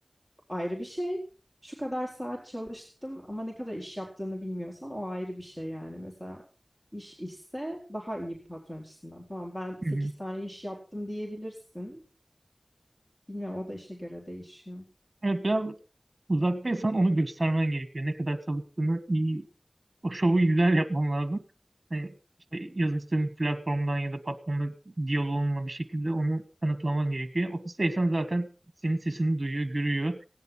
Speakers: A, on the left; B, on the right.
A: ayrı bir şey. Şu kadar saat çalıştım ama ne kadar iş yaptığını bilmiyorsan o ayrı bir şey yani. Mesela iş işse daha iyi patron açısından. Tamam ben sekiz
B: hı hı.
A: tane iş yaptım diyebilirsin. Bilmiyorum o da işe göre değişiyor.
B: Evet biraz uzaktaysan onu göstermen gerekiyor. Ne kadar çalıştığını iyi, o şovu güzel yapman lazım. Hani işte yazıştığın platformdan ya da patronla diyaloğunla bir şekilde onu kanıtlaman gerekiyor. Ofisteysen zaten senin sesini duyuyor, görüyor.